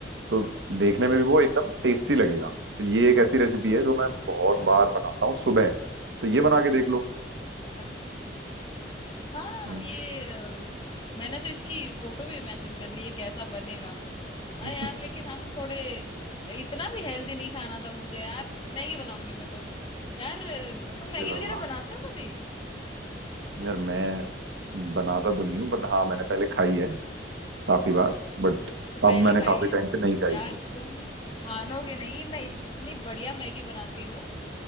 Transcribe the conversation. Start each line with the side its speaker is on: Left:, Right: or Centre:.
Right: तो देखने में भी वो एकदम टेस्टी
Left: अच्छा
Right: लगेगा तो ये एक ऐसी रेसिपी है जो मैं बहुत
Left: हाँ हाँ
Right: बार बनाता हूँ सुबह तो ये बना के देख लो
Left: अच्छा अच्छा हाँ
Right: हम्म
Left: ये अ, मैंने तो इसकी फोटो भी इमेजिन कर ली ये कैसा बनेगा
Right: <laughs>
Left: हाँ यार लेकिन हम थोड़े इतना भी हेल्दी नहीं खाना था मुझे यार मैगी बनाऊंगी मैं तो यार अ, तुम मैगी
Right: हे भगवान
Left: वगैरह बनाते हो कभी
Right: यार मैं बनाता तो नहीं हूँ बट हाँ मैंने पहले खाई है काफी बार बट
Left: अच्छा
Right: अब
Left: पहले
Right: मैंने
Left: खाई
Right: काफी
Left: है
Right: टाइम से नहीं खाई
Left: यार
Right: है
Left: तुम मानोगे नहीं मैं इतनी बढ़िया मैगी बनाती हूँ